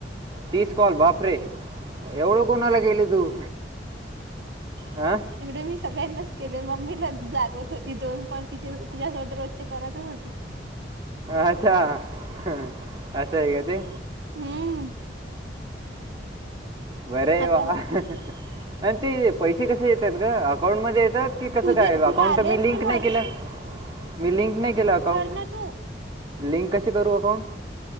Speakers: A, on the right; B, on the right.
A: तीस कॉल बापरे, एवढं कोणाला केले तू? ह.
B: एवढे मी सगळ्यांनाच केले, मम्मीला जागवत होती. दोन कॉल तिचे तिच्यासोबत रोजचे करतच होती.
A: अच्छा, असं आहे का ते?
B: हम्म.
A: बर आहे
B: आता
A: वा आणि ते पैसे कसे येतात ग, अकाउंट मध्ये येतात ते कसं
B: तुझे
A: काय,
B: तुला
A: अकाउंट
B: आले
A: मी
B: असतील
A: लिंक नाही
B: हर्ष
A: केलं. मी लिंक नाही केलं अकाउंट.
B: न तू
A: लिंक कशी करू अकाउंट